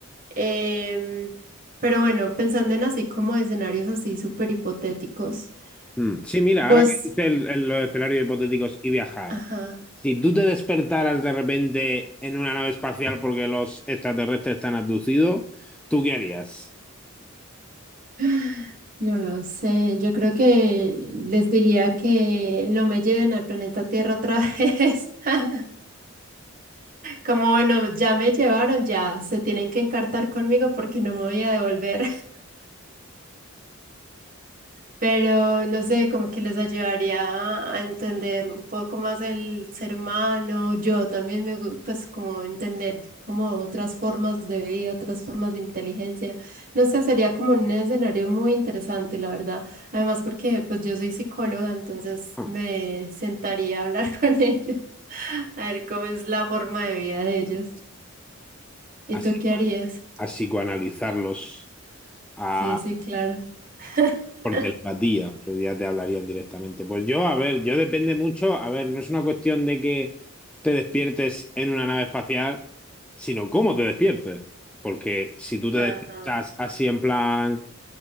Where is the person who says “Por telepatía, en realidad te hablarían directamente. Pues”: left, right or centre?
Centre